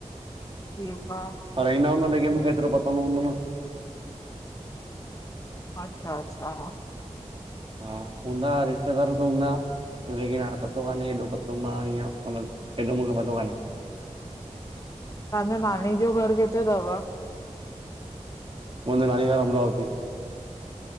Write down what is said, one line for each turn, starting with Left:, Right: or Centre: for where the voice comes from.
Left: ॿियो तां <inaudible>
Right: पर ईंदा हूंदा लेकिन मूंखे एतिरो पतो न हूंदो न।
Left: अच्छा -अच्छा।
Right: हा, हूंदा रिश्तेदार त हूंदा। लेकिन हाणे पतो कान्हे एॾो पतो मां ईअं मतलबु एॾो मूंखे पतो कान्हे।
Left: तव्हांजो नानी जो घर किथे तव?
Right: मुंहिंजी नानी जो घर अमरावती।